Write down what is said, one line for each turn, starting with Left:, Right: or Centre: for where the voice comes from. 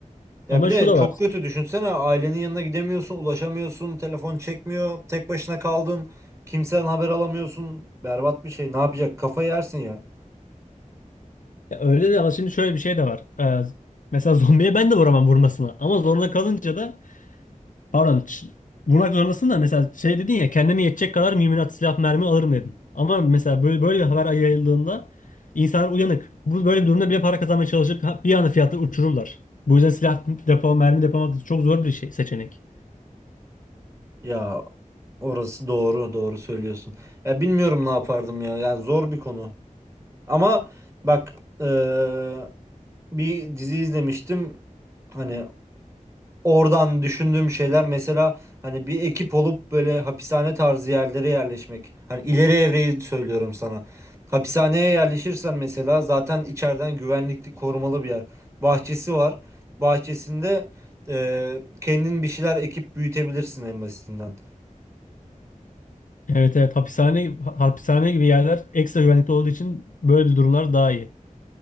Right: Ya
Left: Ama
Right: bir de
Left: şu da
Right: çok
Left: var.
Right: kötü düşünsene ailenin yanına gidemiyorsun, ulaşamıyorsun, telefon çekmiyor, tek başına kaldın, kimseden haber alamıyorsun. Berbat bir şey. Ne yapacak? Kafa yersin ya.
Left: Ya öyle de ama şimdi şöyle bir şey de var. Ee, mesela zombiye ben de vuramam vurmasına. Ama zorunda kalınca da pardon ç- vurmak zorundasın da mesela şey dedin ya kendime yetecek kadar mühimmat silah mermi alırım dedin. Ama mesela böyle böyle bir haber yayıldığında insanlar uyanık. Bu böyle bir durumda bile para kazanmaya çalışıp ha- bir anda fiyatları uçururlar. Bu yüzden silah depo mermi depolamak çok zor bir şey seçenek.
Right: Ya Orası doğru, doğru söylüyorsun. Ya bilmiyorum ne yapardım ya. Yani zor bir konu. Ama bak eee, bir dizi izlemiştim. Hani oradan düşündüğüm şeyler mesela hani bir ekip olup böyle hapishane tarzı yerlere yerleşmek. Hani ileri evreyi söylüyorum sana. Hapishaneye yerleşirsen mesela zaten içeriden güvenlikli korumalı bir yer. Bahçesi var. Bahçesinde eee kendin bir şeyler ekip büyütebilirsin en basitinden.
Left: Evet evet hapishane hapishane gibi yerler ekstra güvenlikli olduğu için böyle bir durumlar daha iyi.